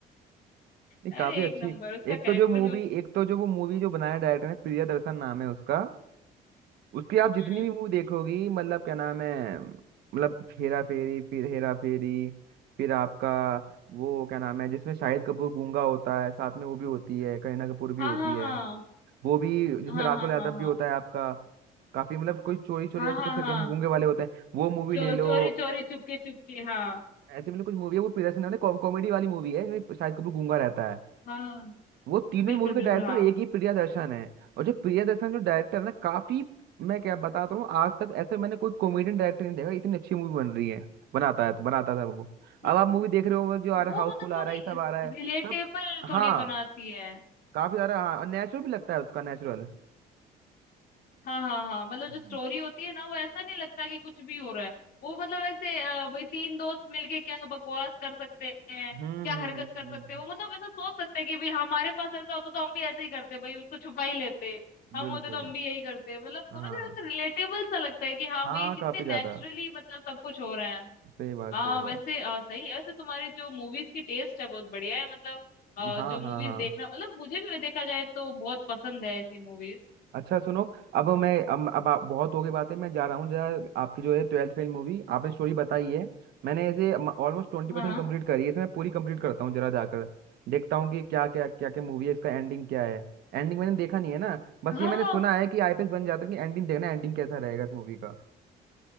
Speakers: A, on the left; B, on the right.
A: अरे
B: काफी अच्छी
A: एक नंबर उसका
B: एक
A: कैरेक्टर
B: तो जो मूवी
A: भी उस
B: एक तो जो वो मूवी जो बनाया डायरेक्टर है प्रियदर्शन नाम है उसका उसकी आप जितनी
A: हम्म।
B: भी मूवी देखोगी मतलब क्या नाम है मतलब हेरा फेरी फिर हेरा फेरी फिर आपका वो क्या नाम है जिसमें शाहिद कपूर गूंगा होता है साथ में वो भी होती है करीना कपूर भी
A: हाँ
B: होती
A: हाँ
B: है
A: हाँ
B: वो भी जिसमें
A: हाँ
B: राजपाल
A: हाँ
B: यादव
A: हाँ
B: भी होता है आपका काफी मतलब कोई चोरी चोरी
A: हाँ
B: ऐसे
A: हाँ
B: कुछ करके
A: हाँ हाँ
B: गूंगे वाले होते हैं वो मूवी
A: चो,
B: ले लो
A: चोरी चोरी चुपके चुपके हाँ
B: ऐसी मतलब कुछ मूवी है वो प्रियदर्शन है कॉम, कॉमेडी वाली मूवी है इसमें शाहिद कपूर गूंगा रहता है
A: हाँ हाँ,
B: वो तीनों
A: बिल्कुल
B: ही मूवी
A: बिल्कुल
B: का डायरेक्टर
A: हाँ
B: एक ही प्रियदर्शन है और जो प्रियदर्शन जो डायरेक्टर है ना काफी मैं क्या बताता हूँ आज तक ऐसे मैंने कोई कॉमेडियन डायरेक्टर नहीं देखा इतनी अच्छी मूवी बन रही है बनाता है बनाता था वो
A: हम्म।
B: अब आप मूवी देख रहे हो जो आ रहा
A: वो
B: है हाउसफुल
A: मतलब
B: आ
A: थोड़ी
B: रहा है ये सब आ रहा है
A: रिलेटेबल
B: सब
A: थोड़ी
B: हाँ
A: बनाती है
B: काफी सारा हाँ नेचुरल भी लगता है उसका नेचुरल
A: हाँ हाँ हाँ मतलब
B: हम्म
A: जो स्टोरी होती है ना वो ऐसा नहीं लगता कि कुछ भी हो रहा है वो मतलब ऐसे अ, वही तीन दोस्त मिलके क्या बकवास कर सकते हैं
B: हम्म,
A: क्या
B: हम्म,
A: हरकत
B: हम्म,
A: कर सकते
B: हम्म,
A: हैं वो मतलब ऐसा सोच सकते हैं कि भाई हमारे पास ऐसा होता तो हम भी ऐसे ही करते भाई उसको छुपा ही लेते हम
B: बिल्कुल
A: होते तो हम भी यही करते मतलब
B: हाँ
A: समझ रहे हो रिलेटेबल सा लगता है कि हाँ
B: हाँ
A: भाई ये कितने
B: काफी ज्यादा
A: नेचुरली मतलब सब कुछ हो रहा है
B: सही बात
A: आ,
B: सही बात
A: वैसे आ, सही है वैसे तुम्हारे जो मूवीज की टेस्ट है बहुत बढ़िया है मतलब आ,
B: हाँ
A: जो
B: हाँ
A: मूवीज
B: हाँ
A: देखना मतलब मुझे भी देखा जाए तो बहुत पसंद है ऐसी मूवीज
B: अच्छा सुनो अब मैं अब, अब आप बहुत हो गई बातें मैं जा रहा हूँ जरा आपकी जो है ट्वेल्थ फेल मूवी आपने स्टोरी बताई है मैंने इसे ऑलमोस्ट ट्वेंटी
A: हाँ
B: परसेंट कम्प्लीट करी है इसे मैं पूरी कंप्लीट करता हूँ जरा जाकर देखता हूँ कि क्या क्या क्या क्या मूवी है इसका एंडिंग क्या है एंडिंग मैंने देखा नहीं है ना बस
A: हाँ
B: ये मैंने सुना है कि आईपीएस बन जाता है कि एंडिंग देखना एंडिंग कैसा रहेगा इस मूवी का